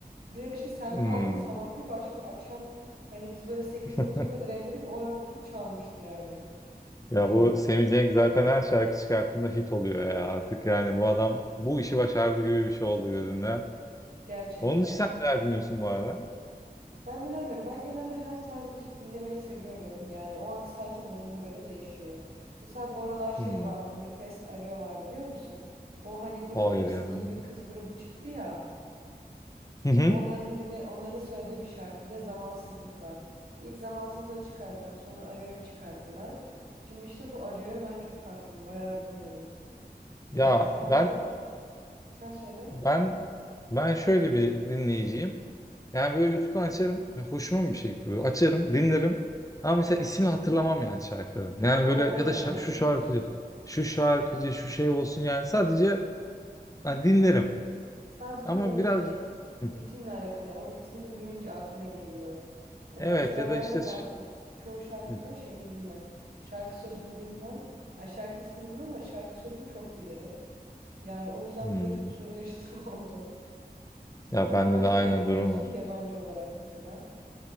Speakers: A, on the right; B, on the left.
A: Bir ara işte sen
B: hı.
A: kaldın sabah bir başladı. Akşam hani biz böyle sekiz dokuza
B: <laughs>
A: kadar evdeydik. O ara full çalmıştı yani.
B: Ya
A: Ay
B: bu Sammy Cenk zaten her şarkı çıkarttığında hit oluyor ya artık yani bu adam bu işi başardı gibi bir şey oldu gözümde.
A: gerçekten.
B: Onun için sen neler dinliyorsun bu arada?
A: Ben de ne bileyim ben genelde her tarz müzik dinlemeyi seviyorum. Yani o anki sadece moduma göre değişiyor. Mesela bu aralar şey
B: Hmm,
A: var Manifest Arıyor var biliyor musun? Bu hani grup
B: hayır
A: hepsi
B: ya.
A: gibi bir kız grubu çıktı ya.
B: Hı hı.
A: Onların dinle onların söylediği bir şarkı. Bir de zamansızlık var. İlk zamansızlığı çıkardılar sonra Arıyor'yu çıkarttılar. Şimdi işte bu Arıyor'ya ben çok taktım. Bayağı dinliyorum.
B: Ya
A: Yani şu anda
B: ben
A: sen söyle.
B: ben ben şöyle bir dinleyiciyim. Yani böyle YouTube'dan açarım. Yani hoşuma bir şey gitti böyle. Açarım, dinlerim. Ama mesela ismini hatırlamam yani şarkıların. Yani
A: O
B: böyle
A: bende
B: ya
A: de
B: da şa-
A: var
B: şu
A: biliyor
B: şarkıcı,
A: musun?
B: şu şarkıcı, şu şey olsun yani sadece yani dinlerim.
A: Sadece
B: Ama
A: böyle
B: biraz
A: şey
B: Hı.
A: ritimle alakalı. ya, O ritmini duyunca aklına geliyor. O
B: evet
A: mesela
B: ya da
A: ben
B: işte
A: de bazı çoğu şarkının
B: Hı.
A: şeyini bilmem. Şarkı sözünü bilmem. ay şarkı ismini bilmem ama şarkı sözünü çok bilirim. Yani o yüzden
B: Hmm.
A: böyle çok sorun yaşadığım <laughs> oldu.
B: Ya
A: Sen
B: bende
A: başka
B: de aynı
A: ne dinliyorsun
B: durum var.
A: yabancı olarak mesela?